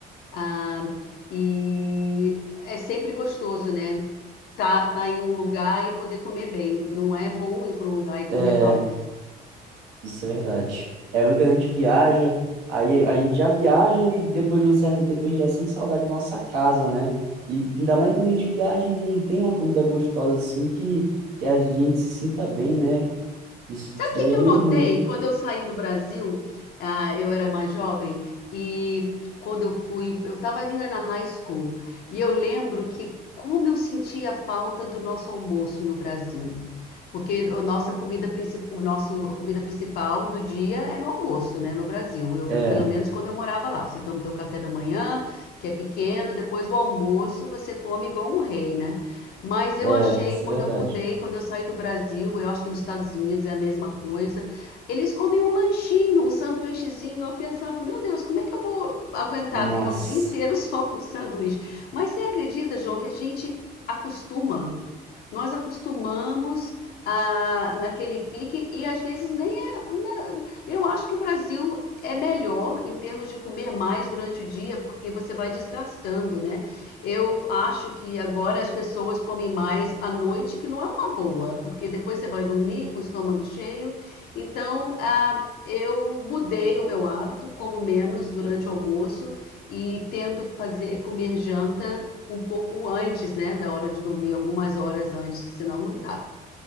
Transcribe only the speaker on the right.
É,
Isso é verdade. É ruim quando a gente viaja, aí a gente já viaja e depois de um certo tempo a gente já sente saudade da nossa casa, né? E ainda mais quando a gente viaja e não tem uma comida gostosa assim que, que a gente se sinta bem, né? Isso
daí
é
meio
ruim.
É,
é,
isso
é verdade.
Nossa,